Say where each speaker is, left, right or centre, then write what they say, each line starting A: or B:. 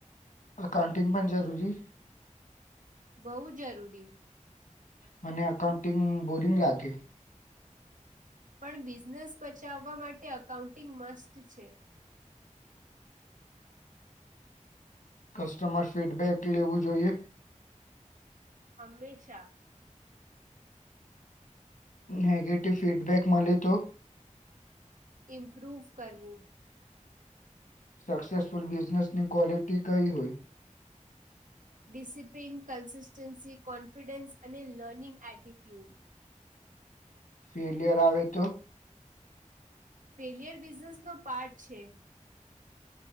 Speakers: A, on the left (about 80°); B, on the right (about 80°).
A: અકાઉન્ટિંગ પણ જરૂરી!
B: બઉુ જરૂરી.
A: મને અકાઉન્ટિંગ બોરિંગ લાગે.
B: પણ બિઝનેસ બચાવવા માટે અકાઉન્ટિંગ મસ્ત છે.
A: કસ્ટમર ફીડબેક લેવું જોઈએ?
B: હંમેશા.
A: નેગેટિવ ફીડબેક મળે તો!
B: ઇમ્પ્રુવ કરવું.
A: સક્સેસફુલ બિઝનેસ ની ક્વોલિટી કઈ હોય?
B: ડિસિપ્લીિન, કન્સિસ્ટન્સી, કોન્ફિડન્સ અને લર્નિંગ એટીટ્યુડ.
A: ફેલિયર આવે તો!
B: ફેલિયર બિઝનેસ નો પાર્ટ છે.